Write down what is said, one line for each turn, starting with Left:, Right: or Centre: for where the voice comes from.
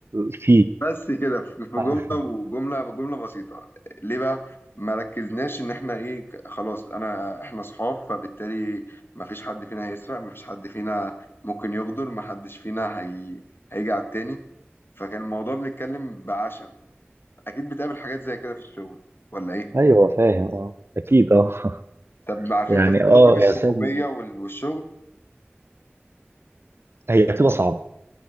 Right: فيه
Left: بس كده في في
Right: <laughs>
Left: جملة وجملة بجملة بسيطة ليه بقى ما ركزناش ان احنا ايه ك- خلاص انا احنا صحاب فبالتالي ما فيش حد فينا هيسرق ما فيش حد فينا ممكن يغدر ما حدش فينا هي... هيجي على التاني فكان الموضوع بنتكلم بعشم اكيد بتقابل حاجات زي كده في الشغل ولا ايه
Right: ايوه فاهم اه اكيد اه <laughs>
Left: طب عارفين
Right: يعني
Left: تفصلوا
Right: اه
Left: بين الصحوبية
Right: يعني سيب-
Left: وال... والشغل
Right: هي بتبقى صعبه